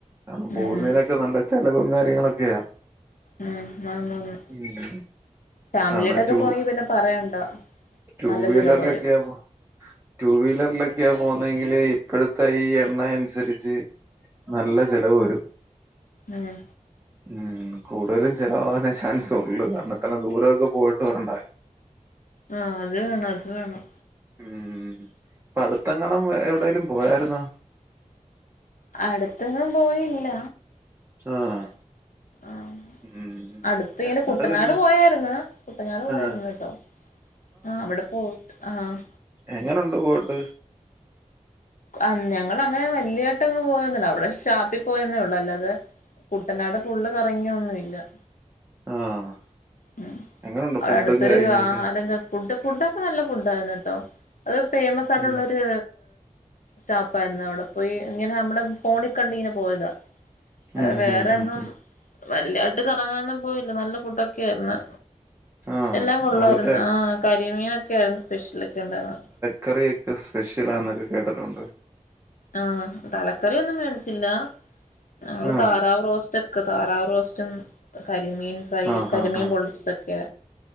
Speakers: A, on the right; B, on the left.
A: കാരണം പോകുന്നതിനൊക്കെ
B: ഉം
A: നല്ല ചെലവും കാര്യങ്ങളൊക്കെയാ
B: ആഹ് ആന്നാന്ന്
A: ഉം
B: ഫാമിലിയുടൊക്കെ
A: ആണ് ടു
B: പോയി പിന്നെ പറയണ്ട
A: ടു
B: നല്ല
A: വീലറിലൊക്കെയാമ്മൊ
B: ചെലവ് വരും
A: ടു വീലറിലൊക്കെയാ പോന്നേങ്കില് ഇപ്പഴത്തെ ഈ എണ്ണയനുസരിച്ച് നല്ല ചെലവ് വരും
B: ആഹ്
A: ഉം കൂടുതലും ചെലവാവാനേ ചാൻസൊള്ളൂ കാരണം ഇത്രേം ദൂരൊക്കെ പോയിട്ട് വരണ്ടായോ
B: ആഹ് അത് വേണം അത് വേണം
A: ഉം ഇപ്പ അടുത്തെങ്ങാനും എവിടേലും പോയാരുന്നോ
B: അടുത്തെങ്ങും പോയില്ല
A: ആഹ്
B: ആഹ്
A: ഉം
B: അടുത്തിങ്ങനെ
A: ഞങ്ങള്
B: കുട്ടനാട്
A: പിന്നെ
B: പോയാരുന്നു കുട്ടനാട് പോയാരുന്നു
A: ആഹ്
B: കേട്ടോ ആഹ് അവിടെ പോയിട്ട് ആഹ്
A: എങ്ങനൊണ്ട് പോയിട്ട്
B: അൻ ഞങ്ങളങ്ങനെ വലിയായിട്ട്ങ്ങ് പോയൊന്നില്ല അവിടെ ഷാപ്പി പോയന്നേ ഒള്ളു അല്ലാതെ കുട്ടനാട് ഫുള്ള് കറങ്ങിയൊന്നുല്ല
A: ആഹ്
B: ഉം
A: എങ്ങനുണ്ട്
B: അവടുത്തൊരു
A: ഫുഡും കാര്യങ്ങളൊക്കെ
B: <unintelligible> ഫുഡ് ഫുഡൊക്കെ നല്ല ഫുഡാരുന്നു ട്ടോ അത് ഫേമസ് ആയിട്ടുള്ളൊരു
A: ഉം
B: ഷാപ്പാരുന്നു അവിടെ പോയി ഇങ്ങനെ നമ്മടെ ഫോണിൽ കണ്ടിങ്ങനെ പോയതാ അതെ
A: ഉം
B: വേറെങ്ങും
A: ഉം ഉം ഉം
B: വല്ല്യായിട്ട് കറങ്ങാനൊന്നും പോയില്ല നല്ല ഫുഡൊക്കെയാരുന്നു
A: ആഹ്
B: എല്ലാം കൊള്ളാരുന്നു
A: അവിടുത്തെ
B: ആ കരിമീനൊക്കെ ആരുന്നു സ്പെഷ്യലൊക്കെ ഒണ്ടാരുന്നെ
A: കറിയൊക്കെ സ്പെഷ്യലാന്നൊക്കെ കേട്ടിട്ടൊണ്ട്
B: ആഹ് തലക്കറിയൊന്നും മേടിച്ചില്ല ഞങ്ങള്
A: ആഹ്
B: താറാവ് റോസ്റ്റൊക്കെ താറാവ് റോസ്റ്റും കരിമീൻ ഫ്രൈ
A: ആഹ്
B: കരിമീൻ
A: ആഹ് ആഹ്
B: പൊള്ളിച്ചതൊക്കെ